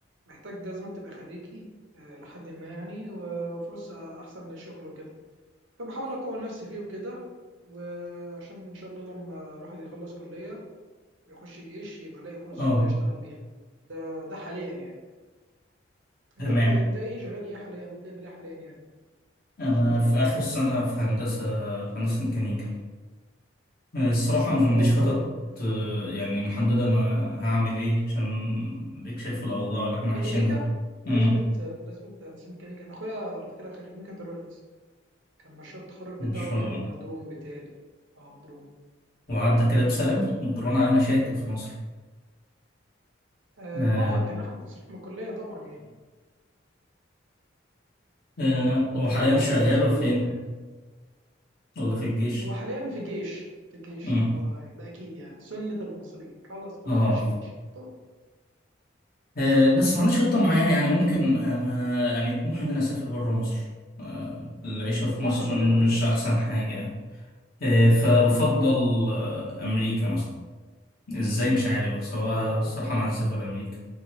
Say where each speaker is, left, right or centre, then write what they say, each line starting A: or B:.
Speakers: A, on the right; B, on the left.
A: محتاج لازم تبقى خريجي آه، لحد ما يعني وفرصه احسن للشغل وكده فبحاول اقوي نفسي فيه وكده وعشان ان شاء الله لما الواحد يخلص كليه ويخش جيش يبقى لاقي فرصه
B: آه
A: كده يشتغل بيها ده ده حاليا يعني انت
B: تمام
A: بت... انت ايه شغال ايه حاليا بتعمل ايه حاليا يعني
B: أنا
A: خطط
B: في
A: لقدام
B: آخر
A: حاليا
B: سنة في هندسة في هندسة ميكانيكا آه، الصراحة مش
A: اه
B: عنديش
A: والله
B: خطط
A: مم.
B: آه، يعني محددة أنا هعمل إيه عشان أديك شايف الأوضاع اللي إحنا
A: انت
B: عايشينها
A: ميكانيكا مناسبة
B: مم.
A: مناسبة هندسة ميكانيكا انا اخويا على فكرة خريج ميكاترونكس كان مشروع التخرج
B: إن
A: بتاعه
B: شاء
A: كان
B: الله
A: درون بتاعي اه درون
B: وعدى كده بسلام ضران عليه مشاكل في مصر
A: اه
B: آه.
A: آه، كان اخد تصريح من الكلية طبعا يعني
B: آه، وحاليا
A: انت الكلية ده
B: شغاله
A: تصريح
B: فين
A: وكده يعني
B: ولا في الجيش
A: هو حاليا في جيش في جيش
B: امم
A: يعني هو ده اكيد يعني سنة المصريين خلص كلها
B: اه
A: اخش جيش طب
B: آه، بس ما عنديش خطة معينة يعني ممكن أنا يعني طموحي إن أنا أسافر برا مصر آه، العيشة في
A: طب
B: مصر
A: ما احنا كلنا
B: مش أحسن حاجة يعني آه،
A: ده
B: فبفضل
A: اكيد
B: آه، أمريكا مثلا إزاي مش عارف بس هو
A: آه
B: الصراحة أنا عايز أسافر أمريكا